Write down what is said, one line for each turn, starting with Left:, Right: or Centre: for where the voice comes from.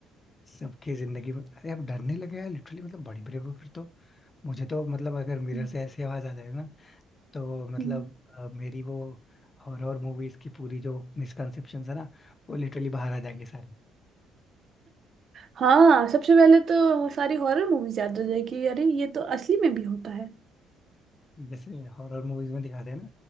Left: सबकी जिंदगी में अरे आप डरने लगे यार लिटरली मतलब बड़ी ब्रेव हो फिर तो मुझे तो मतलब अगर मिरर
Right: हम्म,
Left: से ऐसी आवाज आ जाए ना तो मतलब
Right: हम्म।
Left: अ, मेरी वो हॉरर मूवीज की पूरी जो मिसकंसेप्शन है ना वो लिटरली बाहर आ जाएंगे सारे
Right: हाँ सबसे पहले तो सारी हॉरर मूवीज याद हो जाएगी अरे ये तो असली में भी होता है
Left: जैसे हॉरर मूवीज में दिखाते हैं ना